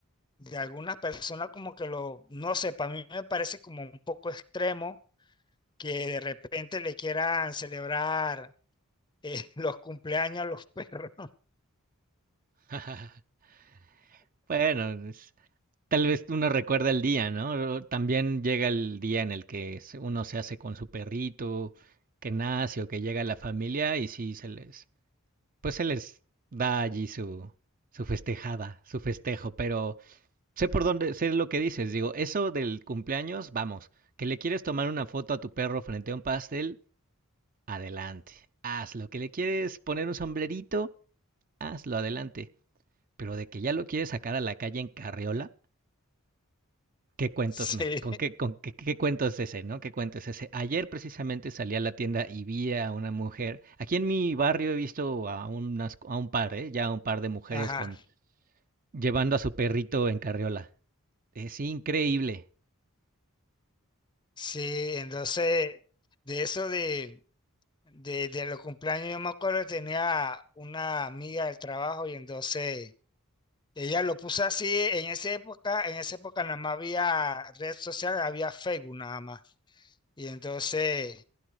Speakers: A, on the left; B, on the right.
A: de algunas personas como que lo, no sé, para mí me parece como un poco extremo que de repente le quieran celebrar eh, <laughs> los cumpleaños a los perros. <laughs>
B: <laughs> Bueno, es- Tal vez uno recuerda el día, ¿no? También llega el día en el que se- uno se hace con su perrito, que nace o que llega la familia y sí se les, pues se les da allí su, su festejada, su festejo, pero sé por dónde, sé lo que dices, digo, eso del cumpleaños, vamos, que le quieres tomar una foto a tu perro frente a un pastel, adelante, hazlo, que le quieres poner un sombrerito, hazlo, adelante, pero de que ya lo quieres sacar a la calle en carriola. ¿Qué cuentos
A: Sí,
B: me, con qué, con qué, qué cuento es ese, ¿no? ¿Qué cuento es ese? Ayer precisamente salí a la tienda y vi a una mujer. Aquí en mi barrio he visto a unas, a un par, ¿eh? Ya un par de mujeres
A: ajá,
B: con llevando a su perrito en carriola. Es increíble.
A: sí, entonces de eso de, de, de los cumpleaños yo me acuerdo que tenía una amiga del trabajo y entonces ella lo puso así en esa época, en esa época nada más había red social, había Facebook nada más. Y entonces